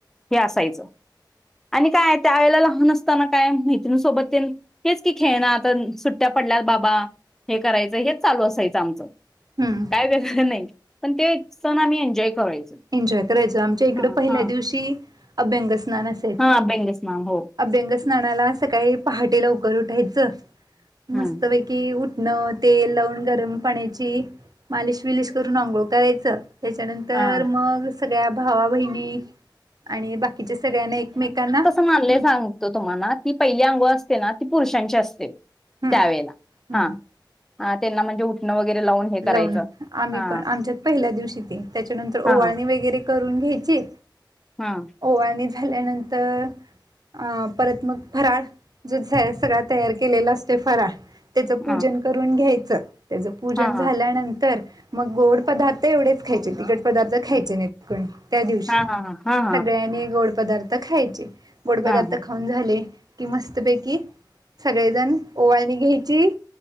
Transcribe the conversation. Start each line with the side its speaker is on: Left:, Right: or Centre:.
Centre: हे असायचं. आणि काय त्यावेेळेला लहान असताना काय मैत्रिणीसोबत ते हेच की खेळना तर सुट्ट्या पडल्यात बाबा हे करायचं हेच चालू असायचं आमचं.
Right: हम्म.
Centre: का वेग नाही पण ते सण आम्ही एन्जॉय करायचो.
Right: एन्जॉय करायचं आमच्या इकडं
Centre: हा
Right: पहिल्या
Centre: हा.
Right: दिवशी अभ्यंग स्नान अस.
Centre: हा बेंगस माम हो.
Right: अभ्यंग स्नानाला सकाळी पहाटे लवकर उठायचं
Centre: हम्म.
Right: मस्त वै कि उठणं तेल लावून गरम पाण्याची मालिश विलिश करून आंघोळ करायचं. त्याच्यानंतर
Centre: हा.
Right: मग सगळ्या भावा बहिणी आणि बाकीच्या सगळ्यांना एकमेकांना
Centre: मनले
Right: हं
Centre: सांगू. तुम्हाला ती पहिली अंगोळ असते ना ती पुरुषांची असते
Right: हं
Centre: त्यावेळेला
Right: हं
Centre: हा. ह त्यांना म्हणजे <unintelligible> वगैरे लावून हे
Right: लावून
Centre: करायचं.
Right: आम्ही
Centre: हा
Right: पण आमच्यात पहिल्या दिवशी ते त्याच्यानंतर
Centre: हा
Right: ओवाळणी वगैरे करून घ्यायची.
Centre: हा.
Right: ओवाणी झाल्यानंतर अ परत मग फराळ जो आहे सगळा तयार केलेला असतो फराळ त्याचं पूजन
Centre: हा
Right: करून घ्यायचं त्याचं पूजन
Centre: हा
Right: झाल्यानंतर
Centre: हा
Right: म गोड पदार्थ एवढेच खायचे तिकट पदार्थ खायचे नाहीत. कण त्या दिवशी
Centre: हा हा हा हा
Right: सगळ्यांनी गोड पदार्थ खायचे गोड पदार्थ
Centre: हा.
Right: खा ऊन झाले कि मस्तपैकी सगळेजण ओवाळणी घ्यायची